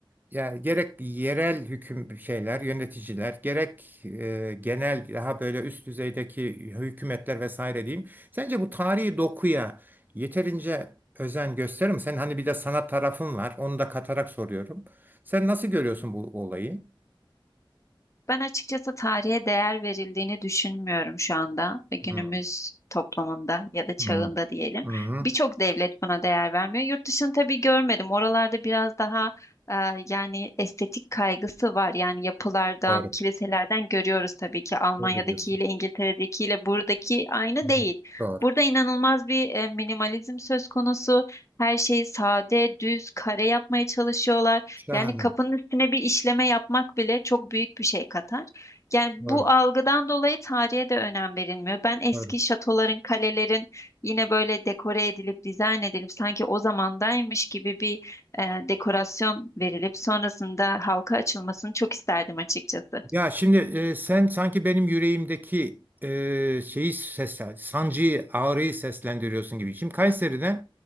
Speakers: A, on the right (about 20°); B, on the left (about 35°).
A: yani gerek yerel hüküm şeyler, yöneticiler, gerek e, genel daha böyle üst düzeydeki hükümetler vesaire diyeyim. Sence bu tarihi dokuya yeterince özen gösterir mi? Sen hani bir de sanat tarafın var. Onu da katarak soruyorum. Sen nasıl görüyorsun bu olayı?
B: Ben açıkçası tarihe değer verildiğini düşünmüyorum şu anda ve günümüz
A: Hı,
B: toplumunda ya da çağında
A: hı,
B: diyelim.
A: hı.
B: Birçok devlet buna değer vermiyor. Yurt dışını tabii görmedim. Oralarda biraz daha e, yani estetik kaygısı var. Yani yapılardan,
A: Doğru.
B: kiliselerden görüyoruz tabii ki Almanya'dakiyle,
A: Doğru diyorsun.
B: İngiltere'dekiyle buradaki aynı
A: Hı,
B: değil.
A: Doğru.
B: Burada inanılmaz bir e, minimalizm söz konusu. Her şeyi sade, düz, kare yapmaya çalışıyorlar.
A: Şahane.
B: Yani kapının üstüne bir işleme yapmak bile çok büyük bir şey katar. Yani
A: Doğru.
B: bu algıdan dolayı tarihe de önem verilmiyor. Ben eski
A: Doğru.
B: şatoların, kalelerin yine böyle dekore edilip, dizayn edilip sanki o zamandaymış gibi bir e, dekorasyon verilip sonrasında halka açılmasını çok isterdim açıkçası.
A: Ya şimdi e, sen sanki benim yüreğimdeki e, şeyi seslen, sancıyı, ağrıyı seslendiriyorsun gibi. Şimdi Kayseri'de